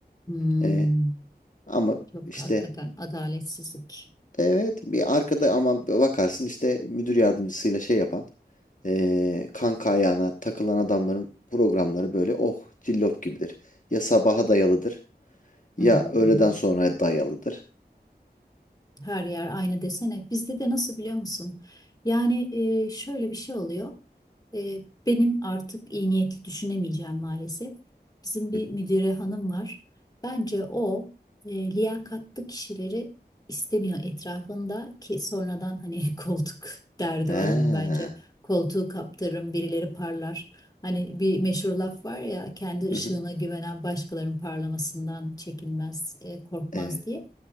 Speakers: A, on the left; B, on the left.
A: Hmm.
B: E, ama
A: Çok
B: işte
A: hakikaten adaletsizlik.
B: evet bir arkada ama bakarsın işte müdür yardımcısıyla şey yapan e, kanka ayağına takılan adamların programları böyle oh cillop gibidir. Ya sabaha dayalıdır ya
A: Hı hı
B: öğleden
A: hı hı.
B: sonraya dayalıdır.
A: Her yer aynı desene. Bizde de nasıl biliyor musun? Yani e, şöyle bir şey oluyor. E, benim artık iyi niyetli düşünemeyeceğim maalesef. Bizim bir
B: Hı hı.
A: müdüre hanım var. Bence o e, liyakatlı kişileri istemiyor etrafında ki sonradan hani <laughs> koltuk derdi
B: Ha.
A: var onun bence. Koltuğu kaptırırım, birileri parlar. Hani bir meşhur laf var ya kendi ışığına
B: Hı hı.
A: güvenen başkalarının parlamasından çekinmez, e, korkmaz
B: Evet.
A: diye.